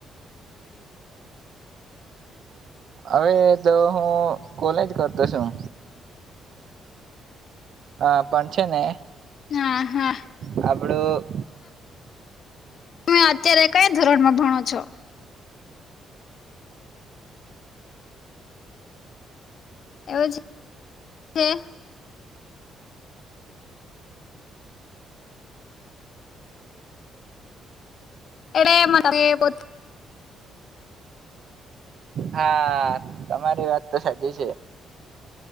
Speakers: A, on the right (about 65°); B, on the left (about 60°).
A: હવે તો હું કોલેજ કરતો છું હા પણ છે, ને
B: હા હા
A: હ બળો <inaudible>
B: તમે અત્યારે કયા ધોરણમાં ભણો છો એવું જ છે. એે એમાં તમે લોકો
A: હા તમારી વાત તો સાચી છે.